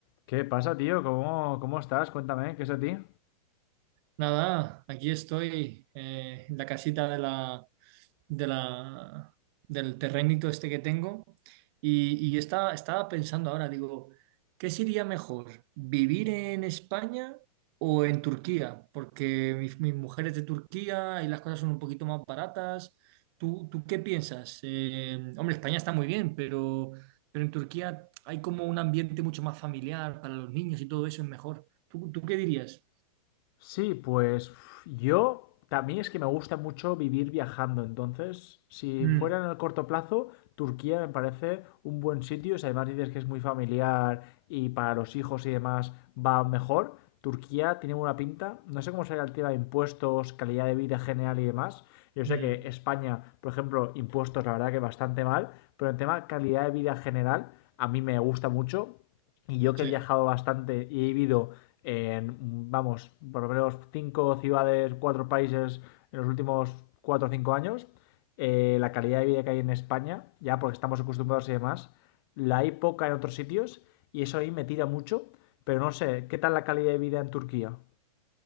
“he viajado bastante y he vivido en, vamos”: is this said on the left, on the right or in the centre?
Left